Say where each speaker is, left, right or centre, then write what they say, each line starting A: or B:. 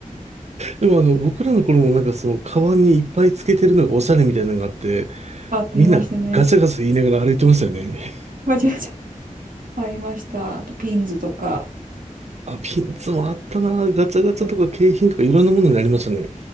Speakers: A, on the right; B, on the right.
A: でもあの、僕らの頃もなんかその、カバンにいっぱいつけてるのがおしゃれみたいなのがあって、
B: ありましたね。
A: みんなガチャガチャ言いながら歩いてましたよね。
B: ガチャガチャありました。あと、ピンズとか、
A: あ、ピンツもあったな。ガチャガチャとか景品とかいろんなものになりましたね。
B: うん